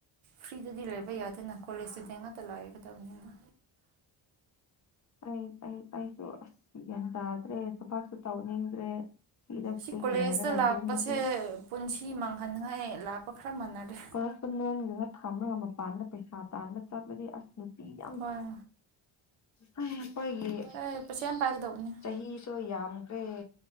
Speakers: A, on the right; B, on the left.
A: ꯐ꯭ꯔꯤꯗꯗꯤ ꯂꯩꯕ ꯌꯥꯗꯦꯅ ꯀꯣꯂꯦꯖꯇꯗꯤ ꯉꯥꯛꯇ ꯂꯩꯒꯗꯕꯅꯤꯅ
B: ꯑꯩ ꯑꯩ ꯑꯩꯁꯨ ꯑꯁ ꯒ꯭ꯌꯥꯟ ꯇꯥꯗ꯭ꯔꯦ ꯊꯕꯛꯁꯨ ꯇꯧꯅꯤꯡꯗ꯭ꯔꯦ ꯁꯤꯗ
A: ꯁꯤ
B: ꯐ꯭ꯔꯤ
A: ꯀꯣꯂꯦꯖꯇ
B: ꯂꯩꯔꯒ
A: ꯂꯥꯛꯄꯁꯦ
B: ꯌꯨꯝꯗꯁꯨ
A: ꯄꯨꯟꯁꯤ ꯃꯥꯡꯍꯟꯉꯥꯏ ꯂꯥꯛꯄ ꯈꯔ ꯃꯥꯟꯅꯔꯦ
B: ꯀꯣꯔꯁꯄꯣꯟꯗꯦꯟꯒꯨꯝꯕ ꯊꯝꯂꯒ ꯃꯄꯥꯟꯗ ꯄꯩꯁꯥ ꯇꯥꯟꯕ ꯆꯠꯂꯗꯤ ꯑꯁ ꯅꯨꯄꯤ ꯌꯥꯝ
A: ꯍꯣꯏ
B: ꯍꯩ ꯑꯈꯣꯏꯒꯤ
A: ꯑꯦ ꯄꯩꯁꯥ ꯌꯥꯝ ꯄꯥꯏꯒꯗꯧꯕꯅꯦ
B: ꯆꯍꯤꯁꯨ ꯌꯥꯝꯈ꯭ꯔꯦ